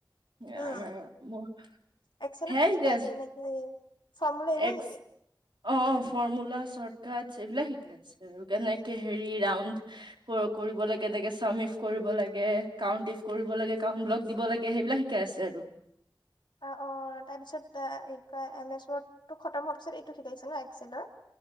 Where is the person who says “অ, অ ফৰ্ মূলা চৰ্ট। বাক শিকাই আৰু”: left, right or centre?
Right